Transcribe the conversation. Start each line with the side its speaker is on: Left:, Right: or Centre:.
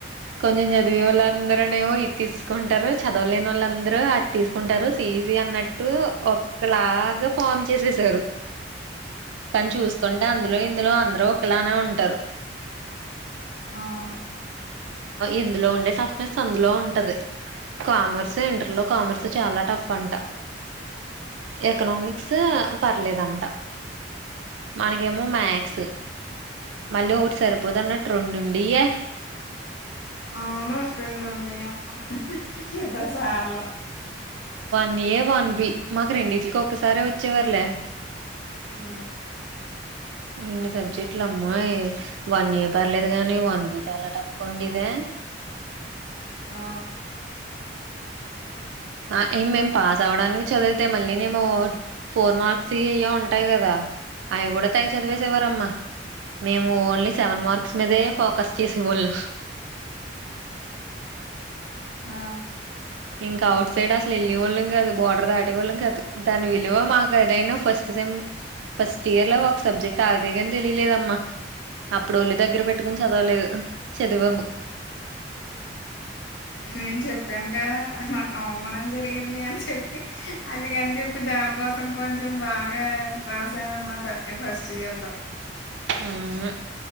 Right: కొంచం చదివి వలాంద క్కనేమో ఇది తీసుకుంటారు చదవలేని వాళ్ళు అందరూ అది తీసుకుంటారు సిఈసి అన్నట్టు ఒక లాగా ఫామ్ చేసేసారు కానీ చూసుకుంటే అందులో ఇందులో అందరు ఒకలానే ఉంటరు
Left: అవును
Right: ఇందులో ఉండే టఫ్నెస్ అందులో ఉంటది కామర్స్ ఇంటర్లో కామర్స్ చాలా టఫ్ అంట ఎకనామిక్స్ పర్లేదంట మనకేమో మ్యాథ్స్ మళ్ళి ఒకటి సరిపోదన్నట్టు రెండు ఉండియ్యే
Left: అవును రెండు ఉండేవి అమ్మ పెద్దసార్లు
Right: నే వన్బి మాకు రెండింటిలికి ఒకసారే వచ్చేవర్లే
Left: ఉ
Right: రెండు సబ్జెక్టులు అమ్మాయ్ వన్ ఏ పర్లేదు గాని వన్ బి చాలా టఫ్ కొండి ఇదే
Left: ఆ
Right: ఆ ఇ మేము పాస్ అవ్వడానికి చదివితే మళ్ళీ నేమో ఫోర్ మార్క్స్ ఇయే ఉంటాయి కదా అవి కూడా తెగ చదివేసేవారమ్మా మేము ఓన్లీ సెవెన్ మార్క్స్ మీదే ఫోకస్ చేసేవోళ్ళు
Left: ఆ
Right: ఇంకా ఔట్ సైడ్ అసలు వెళ్ళేవాళ్ళం కాదు బోర్డర్ దాటి వాళ్ళం కాదు దాని విలువ మాకు ఏదైనా ఫస్ట్ సెమ్ ఫస్ట్ ఇయర్లో ఒక సబ్జెక్ట్ ఆగిదేగాని తెలిలేదమ్మా అప్పుడు ఒళ్లు దగ్గర పెట్టుకుని చదవలేదు చదివాము
Left: నేను చెప్పాను కదా నాకు అవమానం జరిగింది అని చెప్పి అందుగని చెప్పి దాం కోసం కొంచెం బాగా రాసాఅనమాట ఈ ఫస్ట్ ఇయర్లో
Right: ఆవునా